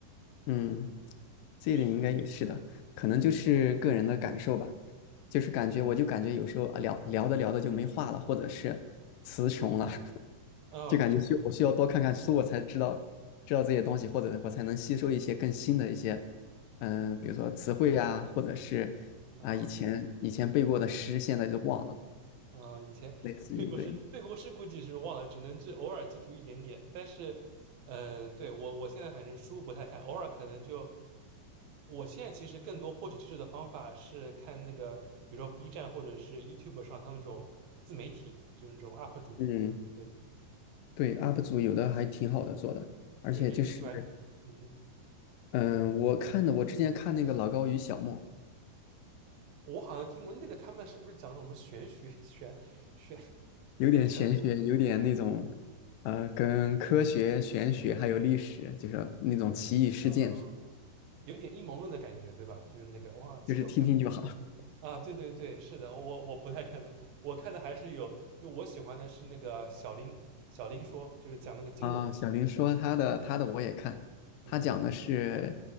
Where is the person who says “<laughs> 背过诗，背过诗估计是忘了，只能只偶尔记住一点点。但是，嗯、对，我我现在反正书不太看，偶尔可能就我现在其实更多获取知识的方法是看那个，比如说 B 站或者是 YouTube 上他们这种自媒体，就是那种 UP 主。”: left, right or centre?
Right